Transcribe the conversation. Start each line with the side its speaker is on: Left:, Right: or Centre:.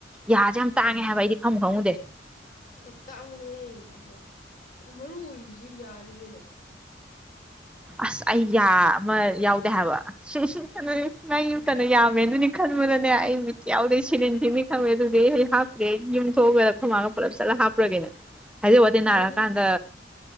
Centre: ꯌꯥꯖ
Left: ꯎꯝ
Centre: ꯌꯥꯝ ꯇꯥꯡꯉꯦ ꯍꯥꯏ ꯑꯩꯗꯤ ꯈꯝ ꯈꯃꯨꯉꯗꯦ
Left: ꯑꯦ ꯇꯥꯡꯅꯦꯍꯦ ꯏꯕꯣ ꯑꯗꯨ ꯃꯔꯨ ꯑꯣꯏꯔꯤꯁꯨ ꯌꯥꯅꯤ ꯀꯩꯅꯣ
Centre: ꯑꯁ ꯑꯩ ꯌꯥ ꯑꯃ ꯌꯥꯎꯗꯦ ꯍꯥꯏꯕ ꯁꯤ ꯑꯗꯨ ꯃꯥꯏꯒꯤ ꯀꯩꯅꯣ
Left: ꯀꯥꯏꯗꯦ
Centre: ꯌꯥꯝꯃꯦꯜꯗꯨꯅꯤ ꯈꯟꯕꯅ <unintelligible> ꯌꯥꯎꯗ ꯁꯦꯔꯤꯜ ꯊꯤꯟꯅꯤ ꯈꯝꯃꯦ ꯑꯗꯨ ꯑꯩ ꯍꯥꯞꯇ꯭ꯔꯦ ꯌꯨꯝꯊ ꯊꯣꯛꯑꯒ ꯈꯝꯃꯛꯑꯒ ꯄꯨꯂꯞ ꯆꯠꯂ ꯍꯥꯞꯄ꯭ꯔꯒꯦꯅ ꯍꯥꯏꯖ ꯋꯥꯇꯦ ꯅꯥꯔꯛꯑ
Left: ꯃꯅꯨꯡ
Centre: ꯀꯥꯟꯗ